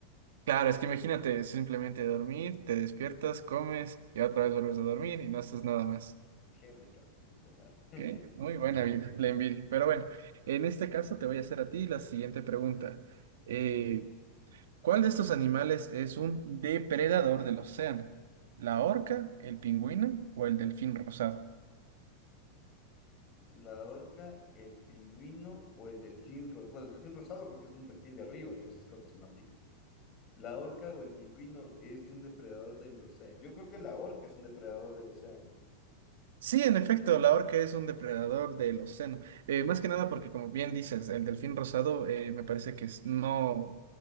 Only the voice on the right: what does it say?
claro, es que imagínate simplemente dormir, te despiertas, comes y otra vez vuelves a dormir y no haces nada más.
¿Qué? Muy buena vida, la envidia. Pero bueno, en este caso te voy a hacer a ti la siguiente pregunta.
Eh, ¿cuál de estos animales es un depredador del océano? ¿La orca, el pingüino o el delfín rosado?
Sí, en efecto, la orca es un depredador del océano. Eh, más que nada porque, como bien dices, el delfín rosado eh, me parece que es no,